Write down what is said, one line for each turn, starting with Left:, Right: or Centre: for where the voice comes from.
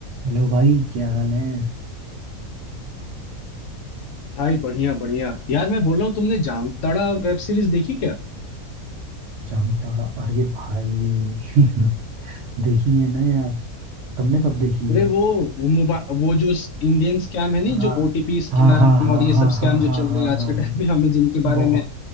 Right: Hello भाई क्या हाल है
Left: भाई बढ़िया बढ़िया यार मैं बोल रहा हूँ तुमने जामताड़ा वेब सीरीज देखी क्या
Right: जामताड़ा अरे भाई <laughs> देखी है ना यार तुमने कब देखी
Left: अरे
Right: है
Left: वो मोबाइल वो जो इंडियन स्कैम है नहीं
Right: हाँ
Left: जो ओटीपी स्कैम
Right: हाँ हाँ हाँ
Left: और ये सब
Right: हाँ हाँ
Left: स्कैम जो
Right: हाँ
Left: चल
Right: हाँ
Left: रहे हैं आज
Right: हाँ
Left: के टाइम पे <laughs> हमें जिनके बारे
Right: बहुत
Left: में